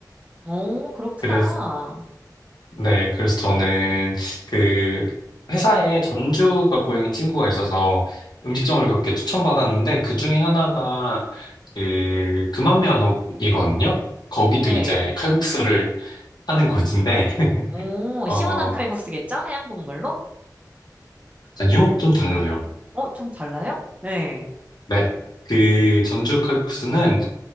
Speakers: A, on the right; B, on the left.
A: 오, 그렇구나.
B: 그래서, 네, 그래서 저는 그 회사에 전주가 고향인 친구가 있어서 음식점을 몇 개 추천받았는데 그 중에 하나가 그 금암면옥이거든요. 거기도
A: 네.
B: 이제 칼국수를 하는 곳인데, <laughs>
A: 오,
B: 어,
A: 시원한 칼국수겠죠? 하얀 국물로?
B: 아니요? 좀 달라요.
A: 어, 좀 달라요? 네.
B: 네. 그 전주 칼국수는